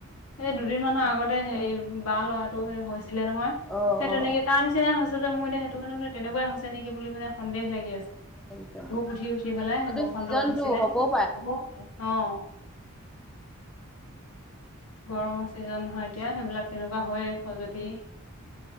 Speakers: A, on the left; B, in the centre.
A: এই দুদিন মানৰ আগতে হেৰি বা ল'ৰাটো সে হৈছিলে নহয়।
B: অ
A: সেই
B: অ
A: তেনেকে তাৰ নিচিনাই হৈছে যে মোৰ এতিয়া সেইটো মানে তেনেকুৱাই হৈছে নেকি বুলি মানে সন্দেহ লাগি আছে।
B: লাগিছে
A: ধূপ
B: অ
A: উঠি উঠি পেলাই,
B: এইটো
A: বসন্ত
B: ছিজনটো
A: উঠিছিলে,
B: হ'বও
A: হ'বও পাৰে, অ'। গৰমৰ ছিজন নহয় এতিয়া, সেইবিলাক তেনেকুৱা হয়ে, খজতি